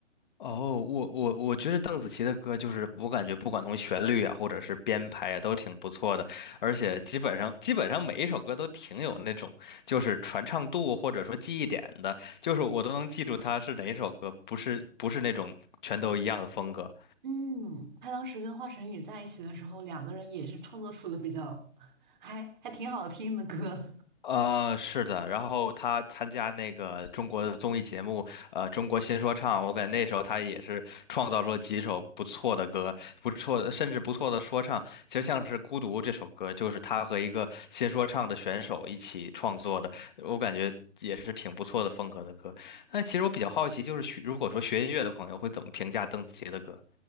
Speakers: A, on the left; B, on the right.
A: 哦，我我我觉得邓紫棋的歌就是我感觉不管从旋律啊，或者是编排啊，都挺不错的，而且基本上基本上每一首歌都挺有那种就是传唱度或者说记忆点的，就是我都能记住它是哪一首歌，不是不是那种全都一样的风格。
B: 嗯，他当时跟华晨宇在一起的时候，两个人也是创作出了比较 <laughs> 还还挺好听的歌的。
A: 呃，是的，然后他参加那个中国的综艺节目，呃，《中国新说唱》，我感觉那时候他也是创造出了几首不错的歌，不错的，甚至不错的说唱。其实像是《孤独》这首歌，就是他和一个新说唱的选手一起创作的，我感觉也是挺不错的风格的歌。那其实我比较好奇，就是学如果说学音乐的朋友会怎么评价邓紫棋的歌